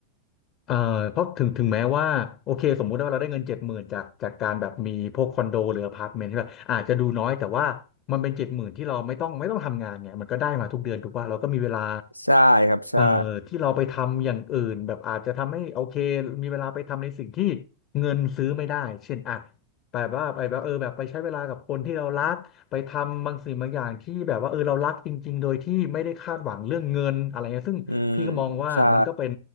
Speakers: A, on the left; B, on the left.
A: เอ่อเพราะถึงถึงแม้ว่าโอเคสมมุติว่าเราได้เงินเจ็ดหมื่นจากจากการแบบมีพวกคอนโดหรืออพาร์ตเมนต์ใช่ป่ะอาจจะดูน้อยแต่ว่ามันเป็นเจ็ดหมื่นที่เราไม่ต้องไม่ต้องทำงานไงมันก็ได้มาทุกเดือนถูกป่ะเราก็มีเวลา
B: ใช่ครับใช่
A: เอ่อที่เราไปทำอย่างอื่นแบบอาจจะทำให้โอเคมีเวลาไปทำในสิ่งที่เงินซื้อไม่ได้เช่นอ่ะแบบว่าไปแบบเออแบบไปใช้เวลากับคนที่เรารักไปทำบางสิ่งบางอย่างที่แบบว่าเออเรารักจริงๆโดยที่ไม่ได้คาดหวังเรื่องเงินอะไรเงี้ยซึ่งพี่ก็มองว่ามันก็เป็น
B: อืมใช่